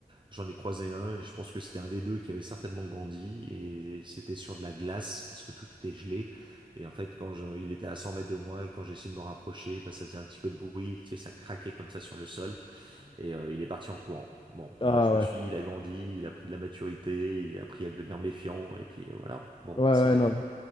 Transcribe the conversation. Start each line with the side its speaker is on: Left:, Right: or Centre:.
Right: j'en ai croisé un et je pense que c'était un des deux qui avait certainement grandi et c'était sur de la glace parce que tout était gelé. Et en fait, quand je- il était à 100 mètres de moi et quand j'ai essayé de me rapprocher, bah, ça faisait un petit peu de bruit, tu sais, ça craquait comme ça sur le sol. Et euh, il est parti en courant. Bon,
Left: Ah
Right: voilà, je
Left: ouais.
Right: me suis dit, il a grandi, il a pris de la maturité, il a appris à devenir méfiant, et puis euh, voilà, bon,
Left: Ouais, ouais,
Right: c'est la
Left: non.
Right: vie.